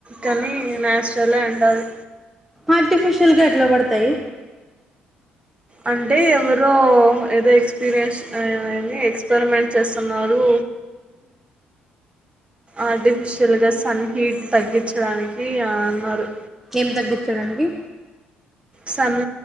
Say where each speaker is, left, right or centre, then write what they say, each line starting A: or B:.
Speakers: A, on the right; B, in the centre.
A: కనీ నచురలే అంట అది.
B: ఆర్టిఫిషియల్గా ఎట్లా పడతయి?
A: అంటే ఎవరో ఏదో ఎక్స్పీరియన్స్ ఏంది, అ ఎక్స్పెరిమెంట్ చేస్తున్నారు. ఆర్టిఫిషియల్ గా, సన్ హీట్ తగ్గించడానికి ఆ అన్నరు.
B: ఏం తగ్గించడానికి?
A: సన్,